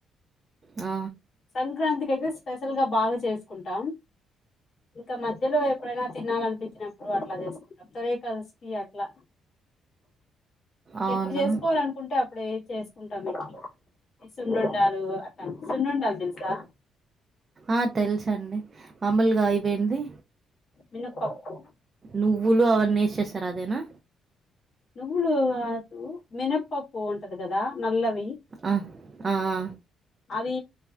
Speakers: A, on the right; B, on the left.
A: ఆ
B: సంక్రాంతికి అయితే స్పెషల్ గా బాగా చేసుకుంటాం ఇంకా మధ్యలో ఎప్పుడైనా తినాలినిపించినప్పుడు అట్లా చేసుకుంటాం తొలి ఏకాదశికి అట్లా
A: అవునా
B: ఎప్పుడు చేసుకోవాలనుకుంటే అప్పు ప్పుడే చేసుకుంటాం ఇట్లా ఇ సున్నుండాలు అట్లాంటివి సున్నుండాలు తెలుసా
A: ఆ తెలుసండి మామూలుగా ఇవేంది
B: మినపప్పు
A: నువ్వులు అవన్నీ వేసి చేస్తరు అదేనా
B: నువ్వులు కాదు మినప్పప్పు ఉంటది కదా నల్లవి
A: ఆ ఆ ఆ
B: అవి